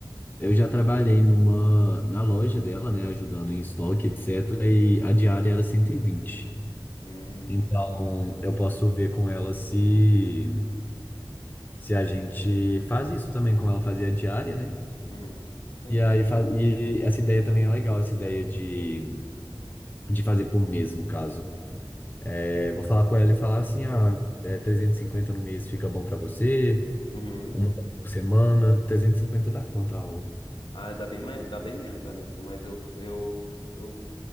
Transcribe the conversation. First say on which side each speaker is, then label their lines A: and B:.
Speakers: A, on the left; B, on the left.
A: eu já trabalhei numa, na loja dela, né? Ajudando em estoque, etc. E a diária era 120.
B: Hum,
A: Então, eu posso ver com ela se, se a gente faz isso também, como ela fazia a diária, né?
B: uhum, sim.
A: E aí, fa- e essa ideia também é legal, essa ideia de, de fazer por mês, no caso. É, vou falar com ela e falar assim, ah, é, 350 no mês fica bom pra você,
B: Uhum.
A: uma por semana, 350 dá quanto a aula?
B: Ah, dá bem, mai- dá bem menos, amigo. Mas eu, eu, eu,